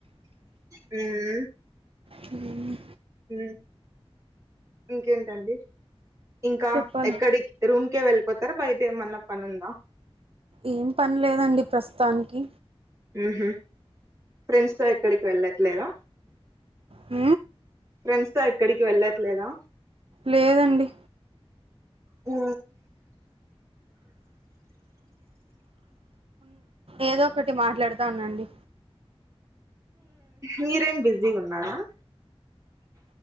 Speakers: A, on the right (about 30°); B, on the right (about 65°).
A: అమ్
B: హమ్
A: అమ్ ఇంకేంటండి ఇంకా
B: చెప్పాలి
A: ఎక్కడికి రూమ్ కే క వెళ్ళిపోతు తార బయట ఎమన్నా పనుందా
B: ఏం పని లేదండి ప్రస్తుతానికి
A: ఉహూ ఫ్రెండ్స్ తో ఎక్కడికి వెళ్ళట్లేద
B: ఊ
A: ఫ్రెండ్స్ తో ఎక్కడికి వెళ్ళట్లేదా
B: లేదండి
A: ఆ
B: ఏదో ఒకటి మాట్లాడుతా ఉండండి
A: మీరేమి బిజీ గా ఉన్నారా